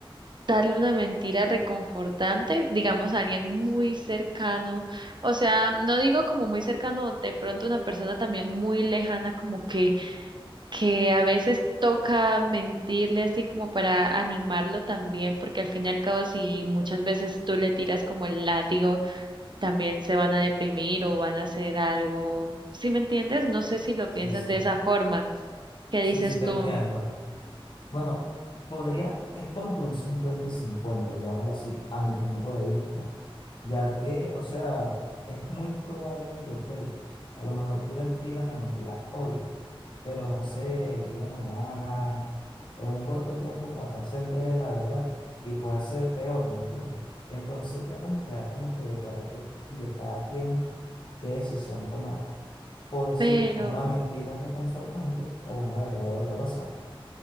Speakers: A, on the right; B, on the left.
A: darle una mentira reconfortante, digamos a alguien muy cercano, o sea, no digo como muy cercano, de pronto una persona también muy lejana, como que, que a veces toca mentirle así como para animarlo también, porque al fin y al cabo si muchas veces tú le tiras como el látigo, también se van a deprimir o van a hacer algo, si me entiendes? No sé si lo
B: Sí,
A: piensas
B: sí,
A: de esa forma, ¿qué
B: sí,
A: dices
B: sí, te
A: tú?
B: entiendo. Bueno, podría, es como que un cincuenta y cincuenta digámoslo así, a mi punto de vista, ya que, o sea, es muy probable que, ok, a lo mejor tú le digas la mentira hoy, pero no sé, el día de mañana, en un corto tiempo, capaz se entere de la verdad y puede ser peor, ¿me entiendes? Entonces ya como queda como que de parte de cada quien qué decisión tomar, o decir
A: Pero
B: una mentira reconfortante o una verdad dolorosa.